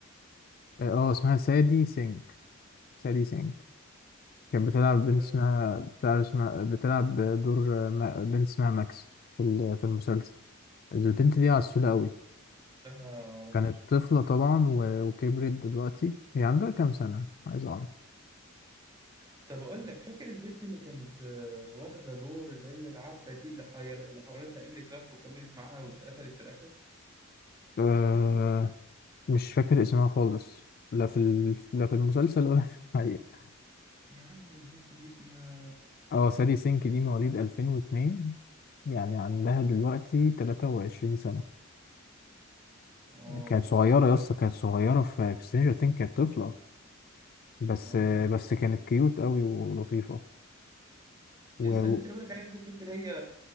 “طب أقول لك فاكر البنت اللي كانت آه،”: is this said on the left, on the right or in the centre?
Right